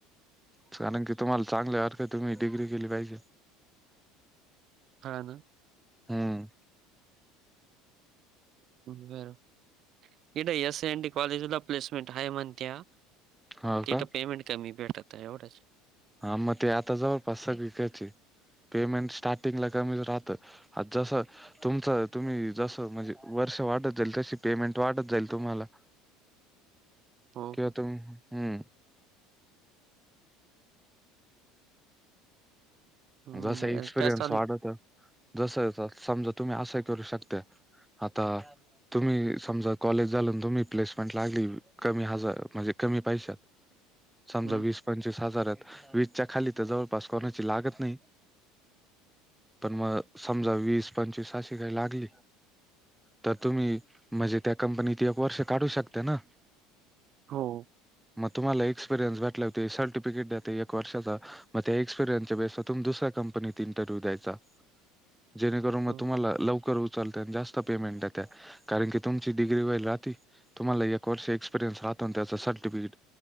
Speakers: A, in the centre; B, on the right.
A: चाण की तुम्हाला चांगले अरख तुम्ही डिग्री केली पाहिजे.
B: ह ना.
A: हम्म
B: बर इड एस एन डी कॉलेजला प्लेसमेंट हाय म्हणत्या.
A: हो
B: तेत
A: का
B: पेमेंट कमी भेटता एवढंच.
A: हा मग ते आता जवळपास सगळीकयचे पेमेंट स्टार्टिंग ला कमीच राहतं. अज स. तुमचं तुम्ही जस म्हणजे वर्ष वाढत जाईल तशी पेमेंट वाटत जाईल तुम्हाला.
B: हो
A: किवतुम
B: का
A: हम्म.
B: हं.
A: जस
B: बरं
A: एक्सपिरियन्स
B: काय चालू
A: वाढत जस समजा तुम्ही असं करू शकत्या. आता तुम्ही समजा कॉलेज झालून तुम्ही प्लेसमेंट लागली कमी हजार म्हणजे कमी पैशात समजा
B: हं,
A: वीस पंचवीस हजारात वीसच्या खाली तर जवळपास कोणाची लागत नाही - पण मग समजा वीस पंचवीस अशी काही लागली. तर तुम्ही म्हणजे त्या कंपनीत एक वर्ष काढू शकता ना.
B: हो.
A: मग तुम्हाला एक्सपिरियन्स भटले होते सर्टिफिकेट देत एक वर्षाचा मग त्या एक्सपिरियन्सच्या बेस वर तुम्ही दुसऱ्या कंपनीत इंटरव्यू द्यायचा जेणेकरून मग
B: हं,
A: तुम्हाला लवकर उचलताना जास्त - पेमेंट आहे त्या कारण की तुमची डग्री व राहती तुम्हाला एक वर्ष एक्सपिरियनस राहत अन् त्याचा सर्टिफिकेट